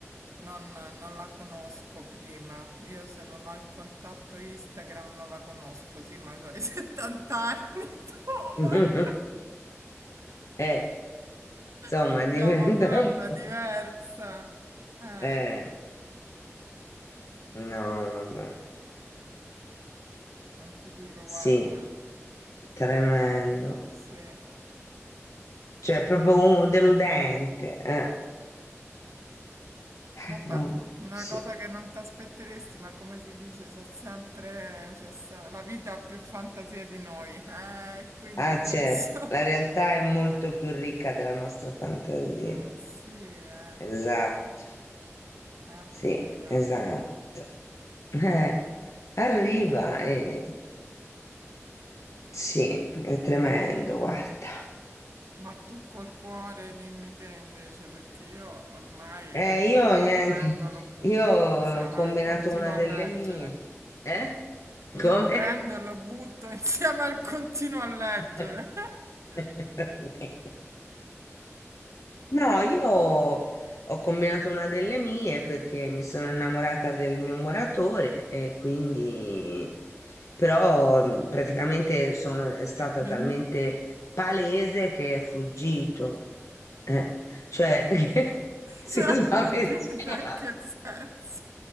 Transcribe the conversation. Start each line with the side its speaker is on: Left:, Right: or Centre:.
Right: non, non la conosco prima, io se non ho il contatto Instagram non la conosco, sì, ma c'hai <laughs> 70 anni tu,
Left: <laughs>
Right: ma <laughs>
Left: eh, insomma,
Right: vogliamo
Left: diventa
Right: farla
Left: un po'.
Right: diversa? Eh,
Left: Eh, no, vabbè.
Right: non ti dico,
Left: Sì,
Right: guarda.
Left: tremendo.
Right: Vabbè, Sì,
Left: Cioè, è proprio un- deludente. Eh. Eh,
Right: vabbè, una
Left: Sì.
Right: cosa che non ti aspetteresti, ma come si dice, c'è sempre, c'è se- la vita ha più fantasia di noi, eh, quindi
Left: Ah, certo,
Right: questo, <laughs>
Left: la realtà è molto più ricca della nostra fantasia.
Right: eh, sì, eh,
Left: Esatto,
Right: arriva.
Left: sì, esatto. Eh, arriva, eh. Sì, è tremendo, guarda.
Right: Ma tu col cuore dimmi te invece, perché io ormai,
Left: Eh,
Right: cioè,
Left: io niente,
Right: lo prendo e lo butto
Left: io ho
Right: insieme
Left: combinato
Right: al continuo
Left: una delle
Right: a leggere.
Left: mie. Eh?
Right: Io
Left: Come?
Right: lo prendo e lo butto <laughs> insieme al continuo a leggere.
Left: <laughs>
Right: <laughs>
Left: Sì. No, io ho combinato una delle mie perché mi sono innamorata del mio muratore e quindi però mh, praticamente sono, è stata
Right: E quindi?
Left: talmente palese che è fuggito, Eh, cioè <laughs> si
Right: Cioè,
Left: è spaventato.
Right: fuggita in che senso?